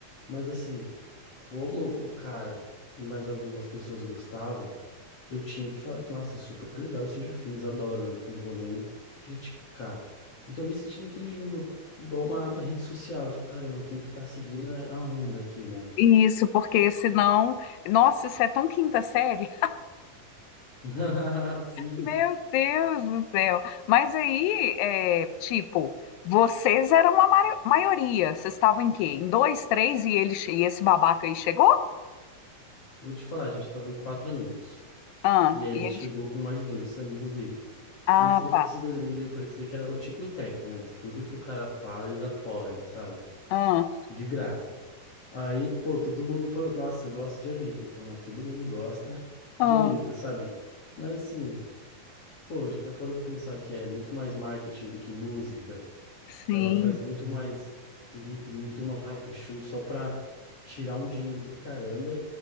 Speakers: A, on the left (about 45°); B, on the left (about 80°).
A: Mas assim, como o cara e mais algumas pessoas gostavam, eu tinha que falar que, nossa, super legal Stranger Things, adoro, não, não vou nem criticar. Então eu me senti naquele limbo, igual uma rede social, tipo, caramba, eu tenho que estar seguindo a onda aqui, né?
B: Isso, porque senão, nossa, isso é tão quinta série. <laughs>
A: <laughs> Sim,
B: Meu Deus do céu. Mas aí, é, tipo, vocês eram a mari- maioria. Vocês estavam em quê? Em dois, três e ele che- e esse babaca aí chegou?
A: eu vou te falar, a gente tava em quatro amigos.
B: Ah,
A: E aí
B: e
A: ele
B: ele...
A: chegou com mais dois amigos dele.
B: ah,
A: E os- esses
B: tá.
A: dois amigos dele parecia que era o Tico e o Teco, né? Eles, tudo que o cara fala, eles apoiam, sabe?
B: Ah,
A: De graça. Aí, pô, todo mundo, pô, nossa, eu gosto de Anitta, então ó, todo mundo gosta
B: ah,
A: de Anitta, sabe? Mas assim, pô, já parou pra pensar que é muito mais marketing do que música,
B: sim.
A: que ela faz muito mais clipe, muito mais show só pra tirar um dinheiro do caramba